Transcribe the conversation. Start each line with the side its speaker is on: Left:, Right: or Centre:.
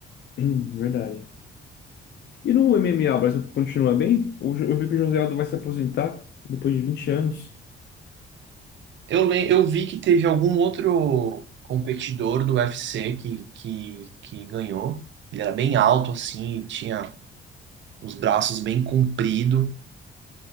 Left: <clears throat> Verdade. E no MMA, o Brasil continua bem? Eu eu vi que o José Aldo vai se aposentar depois de 20 anos.
Right: Eu, lem- eu vi que teve algum outro competidor do UFC que, que, que ganhou. Ele era bem alto, assim, tinha os braços bem compridos.